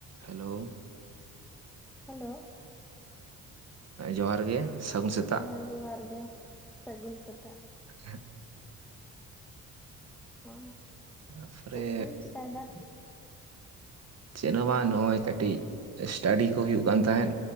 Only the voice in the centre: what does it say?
hello,
ᱦᱮᱸ ᱡᱚᱦᱟᱨ ᱜᱮ ᱥᱟᱹᱜᱩᱱ ᱥᱮᱛᱟᱜ᱾
ᱚ
ᱪᱮᱫ ᱠᱚᱵᱤᱱ ᱪᱮᱠᱟᱭᱫᱟ?